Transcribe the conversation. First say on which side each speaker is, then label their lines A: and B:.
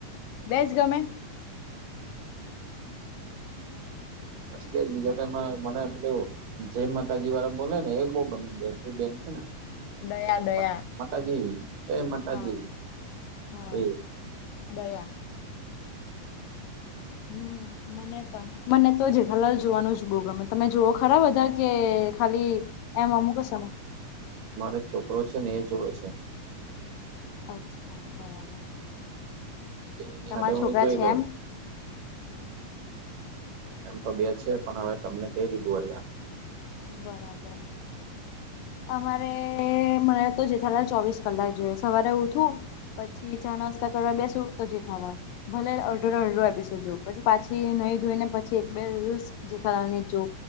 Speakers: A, on the left; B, on the right.
A: બેસ ગમે
B: બસ બેજ, બીજા ટાઈમાં મને પેલુ જય માતાજી વાળા બોલે ને, એ બહુ ગમે બેન ટુ બેન છે ને.
A: દયા
B: એ
A: દયા
B: મટાજી, એ મટાજી
A: હા. હા
B: એ
A: દયા
B: હમ્મ
A: હમ્મ, મને પણ, મને તો જેઠાં લાલ જોવાનું જ બહુ ગમે, તમે જોઓ ખરા બધા કે? ખાલી આમ અમુક સ
B: મારો એક છોકરો છે ને, એ જુવે છે.
A: અચ્છા બરાબર.
B: અ એ એની
A: તમારા
B: હાથે હુંએ
A: છોકરા
B: જોઈ
A: છે
B: લઉ.
A: એમ?
B: એમ તો બે છે પણ હવે તમને કઈ રીધું અરિયા
A: બરાબર અમારે મને તો જથાલાાલ ચોવીસ કલાક જોઈએ સવારે ઉઠું પછી ચા નાસ્તા કરવા બેસું તો જથાલા ભલે અડડરો અડડો આપી શજો પછી પાછી નહીં ધોઈને પછી એક બે જેઠાલા ને જો